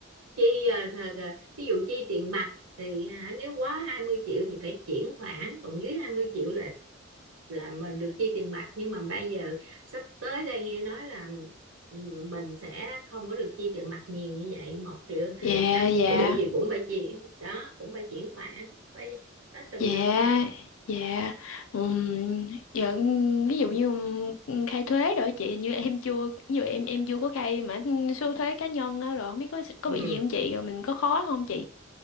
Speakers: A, on the right; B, on the left.
A: chi à, thà- à, ví dụ chi tiền mặt thì hả nếu quá 20 triệu thì phải chuyển khoản còn dưới 20 triệu là là mình được chi tiền mặt nhưng mà bây giờ sắp tới đây nghe nói là ừ, mình sẽ không có được chi tiền mặt nhiều như vậy một triệu
B: dạ
A: năm
B: dạ
A: triệu gì cũng phải chi đó cũng phải chuyển khoản phải đó tùm
B: dạ
A: lum
B: dạ dạ Ừm, dạ ví dụ như ừm, khai thuế rồi chị hình như em chưa ví dụ em em chưa có khai mà số thuế cá nhân á, rồi không biết có có
A: ừ
B: bị gì không chị rồi mình có khó không chị